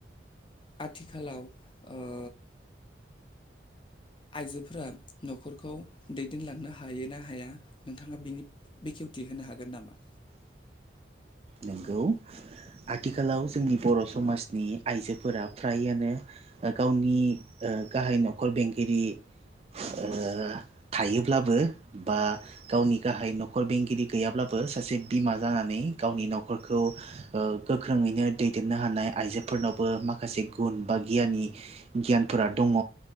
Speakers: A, on the left (about 25°); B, on the right (about 35°).
A: आथिखालाव ओ आइजोफोरा न'खरखौ दैदेनलांनो हायो ना हाया नोंथाङा बिनि बेखेवथि होनो हागोन नामा?
B: नंगौ आथिखालाव जोंनि बर' समाजनि आइजोफोरा फ्रायानो ओ गावनि ओ गाहाय न'खर बेंगिरि ओ थायोब्लाबो बा गावनि गाहाय न'खर बेंगिरि गैयाब्लाबो सासे बिमा जानानै गावनि न'खरखौ ओ गोख्रोङैनो दैदेननो हानाय आइजोफोरनावबो माखासे गुन बा गियानि गियानफोरा दङ'